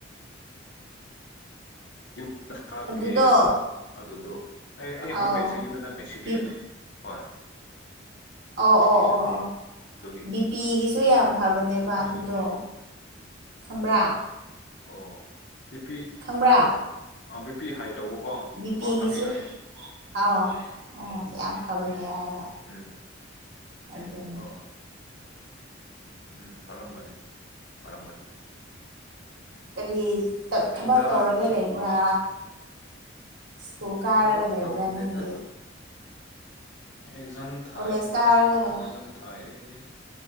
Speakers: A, on the left (about 60°); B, on the right (about 60°).
A: ꯌꯨꯝꯗ ꯊꯥꯒꯦ
B: ꯑꯗꯨꯗꯣ
A: ꯍꯥꯏꯕ ꯑꯗꯨꯗꯣ ꯑꯩ ꯑꯩ ꯍꯧꯖꯤꯛ
B: ꯑꯧ
A: ꯂꯩꯁꯦ ꯌꯨꯝꯗ ꯅꯠꯇ‌ꯦ ꯁꯤꯇꯤ
B: ꯕꯤ
A: ꯑꯅ‌ꯦ ꯍꯣꯏ
B: ꯑꯣ
A: ꯎꯝ ꯁꯤꯇꯤꯗꯅ‌ꯦ
B: ꯑꯣ ꯑꯣ ꯑꯣ
A: ꯑꯗꯨꯒꯤ
B: ꯕꯤ ꯄꯤꯒꯤꯁꯨ ꯌꯥꯝ ꯐꯕꯅꯦꯕ ꯑꯗꯨꯗꯣ ꯈꯪꯕ꯭ꯔꯥ
A: ꯑꯣ ꯄꯤꯄꯤ
B: ꯈꯪꯕ꯭ꯔꯥ
A: ꯑꯥ ꯕꯤꯄꯤ ꯍꯥꯏ ꯇꯧꯕꯀꯣ
B: ꯕꯤ ꯄꯤꯒꯤꯁꯨ
A: ꯍꯣꯏ ꯈꯪꯉ‌ꯦ ꯈꯪꯉ‌ꯦ
B: ꯑꯥꯎ ꯑꯣ ꯌꯥꯝ ꯐꯕꯅꯦ ꯍꯥꯏꯕ
A: ꯎꯝ
B: ꯑꯥꯗꯨꯟ
A: ꯍꯣꯏ ꯍꯣꯏ ꯎꯝ ꯐꯔꯝꯒꯅꯤ ꯐꯔꯝꯒꯅꯤ
B: ꯀꯔꯤ ꯇꯞ ꯊꯕꯛ
A: ꯍꯤꯗꯥꯛ
B: ꯇꯧꯔꯒ ꯂꯩꯕ꯭ꯔꯥ ꯁ꯭ꯀꯨꯜ ꯀꯥꯔꯒ
A: ꯊꯕꯛ
B: ꯂꯩꯕ꯭ꯔꯥ
A: ꯇꯧꯗꯦꯗ
B: ꯅꯪꯗꯤ
A: ꯑꯦꯛꯖꯝ ꯊꯥꯏꯌ‌ꯦ
B: ꯀꯣꯂꯦꯖ
A: ꯃꯔꯛ
B: ꯀꯥꯔꯒ
A: ꯃꯔꯛꯇ
B: ꯂꯩꯕ꯭ꯔꯥ
A: ꯑꯦꯖꯝ ꯊꯥꯏꯌ‌ꯦ